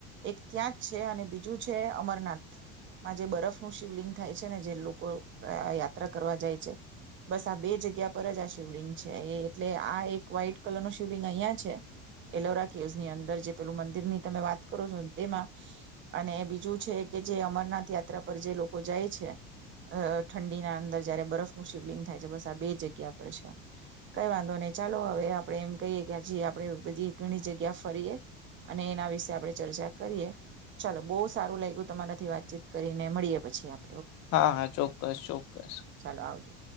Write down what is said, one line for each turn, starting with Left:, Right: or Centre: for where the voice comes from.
Right: એક ત્યાં જ છે અને બીજું છે અમરનાથમાં જે બરફનું શિવલિંગ થાય છે ને જે લોકો યાત્રા કરવા જાય છે બસ આ બે જગ્યા પર જ આ શિવલિંગ છે એ એટલે આ એક વ્હાઈટ કલર નું શિવલિંગ અહિયાં છે એલોરા કેવસ ની અંદર જે પેલું મંદિર ની તમે વાત કરો છો તેમાં અને બીજું છે કે જે અમરનાથ યાત્રા પર જે લોકો જાય છે ઠંડીના અંદર જયારે બરફનુંું શિવલિંગ થાય છે બસ આ બે જગ્યા પર છે કઈ વાંધો નહી ચાલો હવે આપડે એમ કહીએ કે હજી આપડે બધી ઘણી જગ્યા ફરીએ અને એના વિશે આપણે ચર્ચા કરીએ ચાલો બહુ સારું લાગ્યું તમારાથી વાતચીત કરીને મળીએ. પછી આપ
Left: હા હા ચોક્કસ ચોક્કસ
Right: ચાલો આવજો